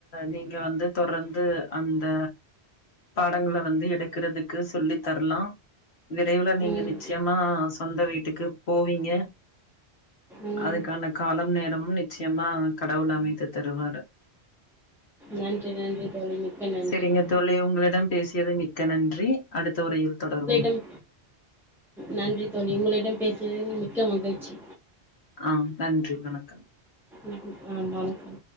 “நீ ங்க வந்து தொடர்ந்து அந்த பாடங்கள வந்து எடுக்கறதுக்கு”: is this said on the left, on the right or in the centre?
Left